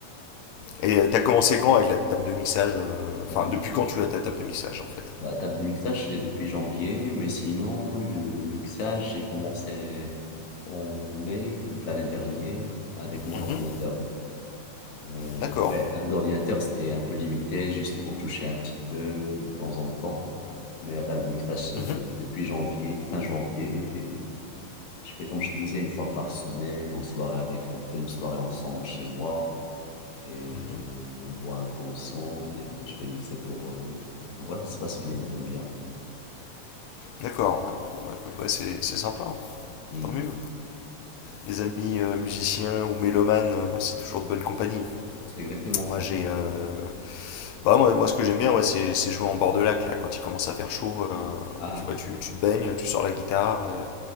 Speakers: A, on the left (about 75°); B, on the left (about 60°).
A: Et euh, t'as commencé quand avec la table de mixage euh,
B: La
A: Enfin,
B: bi-
A: depuis quand tu as ta table de mixage en fait
B: La table de mixage, je l'ai depuis janvier, mais sinon, le mixage, j'ai commencé en mai de l'année dernière avec mon
A: Mhm.
B: ordinateur. Mais
A: D'accord.
B: ouais, avec l'ordinateur, c'était un peu limité, juste pour toucher un petit peu de temps en temps. Mais la table de mixage, c'est
A: Mhm.
B: depuis janvier, fin janvier. Et je fais comme je disais, une fois par semaine, en soirée avec, on fait une soirée ensemble chez moi. Et
A: Mhm.
B: on boit un coup ensemble et euh, je fais mixer pour... eux. En vrai, ça se passe bien, ils aiment bien.
A: D'accord, ouais. Bon, bah écoute, ouais, c'est c'est sympa.
B: Hmm.
A: Tant mieux. des amis euh, musiciens ou mélomanes, euh, c'est toujours de bonne compagnie.
B: C'est exactement ça.
A: Moi, j'ai, euh, bah, moi, moi, ce que j'aime bien, ouais, c'est c'est jouer en bord de lac, là, quand il commence à faire chaud, euh,
B: Ah,
A: tu vois, tu, tu te baignes, tu sors la guitare. euh.